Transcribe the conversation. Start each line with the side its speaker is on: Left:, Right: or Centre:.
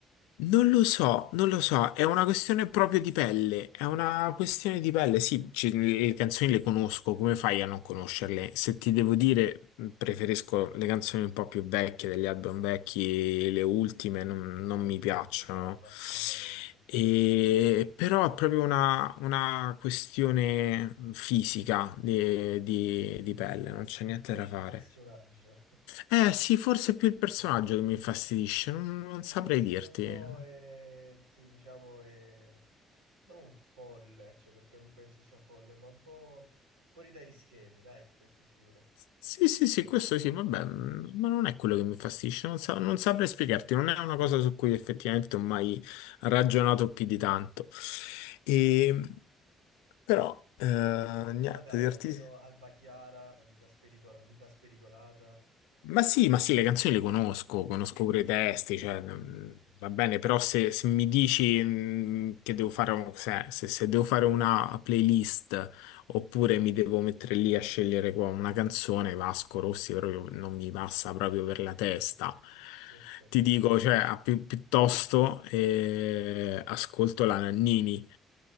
Left: Non lo so, non lo so, è una questione proprio di pelle, è una questione di pelle, sì, ci- le canzoni le conosco, come fai a non conoscerle? Se ti devo dire, preferisco le canzoni un po' più vecchie degli album vecchi, le ultime
Right: sì.
Left: non, non
Right: Anche
Left: mi piacciono.
Right: io, no, no, assolutamente. Cioè,
Left: E- però è proprio una, una questione fisica di, di- di pelle, non c'è
Right: non
Left: niente
Right: ti piace
Left: da fare.
Right: il personaggio. <laughs>
Left: Eh sì, forse è più il personaggio
Right: Sì.
Left: che mi infastidisce, non, non
Right: Eh
Left: saprei
Right: sì,
Left: dirti.
Right: è un po', eh, sì, diciamo, eh, non folle, cioè perché non penso sia folle, ma un po' fuori dai schemi, dai, questo sicuro.
Left: Sì, sì, sì,
Right: Eh,
Left: questo sì, vabbè, mm, ma non è quello che mi infastidisce, non, sa- non saprei spiegarti, non è una cosa su cui effettivamente ho mai ragionato più di tanto. E, però, eh, niente,
Right: però dai,
Left: dirti.
Right: almeno Alba Chiara, la vita spericola- vita spericolata.
Left: Ma sì, ma sì, le canzoni le conosco, conosco pure i testi, cioè, mm, va bene, però se, se mi dici mm, che devo fare, un- se, se- se devo fare una playlist oppure mi devo mettere lì a scegliere qua una canzone, Vasco Rossi proprio non mi passa proprio per
Right: <laughs>
Left: la testa.
Right: Ok.
Left: Ti dico, cioè, a pi- piuttosto eh, ascolto la Nannini.